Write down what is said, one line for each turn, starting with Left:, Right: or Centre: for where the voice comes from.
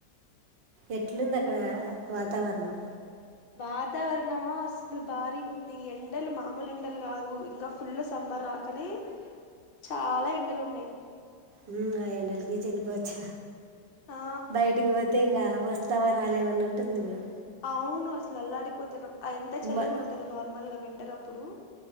Right: ఎట్లుంది అక్కడ వాతావరణం
Left: వాతావరణమా అసలు భారీగా ఉంది ఎండలు మామూలు ఎండలు కాదు ఇంకా ఫుల్ సమ్మ రాకనే చాలా ఎండలు ఉన్నాయి
Right: ఉమ్ ఆ ఎండలకే చనిపోవచ్చు
Left: ఆ
Right: బయటికి పోతే ఇంకా వస్ తవరాలేమన్నట్టుంది ఇపుడు
Left: అవును అసలు అల్లాడిపోతున్నాం ఎంత చలి
Right: మ-
Left: ఉంటందో నార్మల్గా వింటర్ అప్పుడు